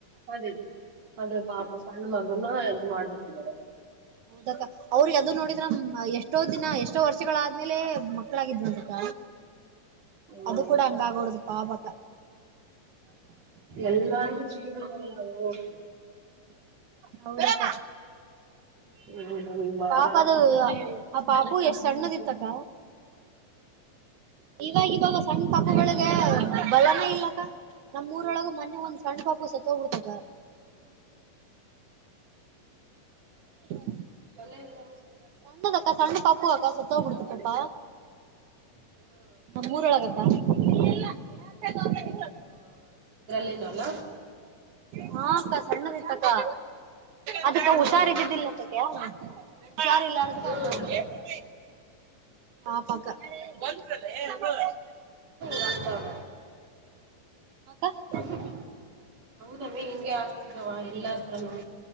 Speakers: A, on the right; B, on the right.
A: ಅದೇ ಅದೇ ಪಾಪ ಸಣ್ಣ ಮಗುನ ಇದ ಮಾಡ್ಬಿಟ್ಟಿದ್ದಾರೆ.
B: ಹೌದಕ್ಕ ಅವ್ರಿಗ ಅದು ನೋಡಿದ್ರ ಎಷ್ಟೋ ದಿನ ಎಷ್ಟೋ ವರ್ಷ. ವರ್ಷಗಳಾದ್ಮೇಲೆ ಮಕ್ಳಾಗಿದ್ವಂತ ಅಕ್ಕ.
A: ಹ್ಮ್
B: ಅದು ಕೂಡ ಹಂಗ ಆಗೋಡದು ಪಾಪಕ್ಕ.
A: ಎಲ್ಲಾರು <unintelligible>
B: ಹೌದಕ್ಕ.
A: ಹ್ಮ <unintelligible> ಬಾಳ
B: ಪಾಪ ಅದು ಆ ಪಾಪು ಎಷ್ಟ್ ಸಣ್ಣದ ಇತ್ತಕ್ಕ ಇವಾಗ ಇವಾಗ ಸಣ್ಣ ಪಾಪುಗಳೆ. ಬಲನೆ ಇಲ್ಲಕ್ಕ ನಮ್ಮರೊಳಗ ಮೊನ್ನೇ ಒಂದ್ ಸಣ್ಣ ಪಾಪು ಸತ್ತು ಹೋಗ್ಬಿಡ್ತಕ್ಕ. <inaudible>
A: ಚೋಲೆ ಇಲ್ಲೆವೆ ಸಂಸಾರ.
B: ಸಣ್ಣದಕ್ಕಾ ಸಣ್ಣ ಪಾಪವಕ್ಕ ಸತ್ತಬಿಡ್ತದಕ್ಕ.
A: ಹ್ಮ್
B: ನಮ್ಮ
A: ಹೌದ
B: ಊರವಳಗ ಅಕ್ಕಾ. <unintelligible>
A: <unintelligible>
B: ಹಾ ಅಕ್ಕ ಸಣ್ಣದ ಇತ್ತಕ್ ಕ ಅದಕ್ಕೆ
A: ಹ್ಮ್
B: ಹುಷಾರ್ದಿದ್ದಿಲ್ಲ ಅಂತಕೆ. ಹುಷಾರಿಲ್ಲ ಅನ್ನದಿಕ್ಕೆ
A: ಹ್ಮ್
B: ಹಂಗಾಗ್ಬಿಟ್ಟೖತೆ. ಆ ಪಕ್ಕ <inaudible>
A: ಂತರ
B: ಅಕ್ಕ.
A: ಹ <inaudible> ಹೌದಮ್ಮಿ ಹಿಂಗೆ ಆಡ್ತಿದ್ದವ ಎಲ್ಲಾ ಹತ್ರನು.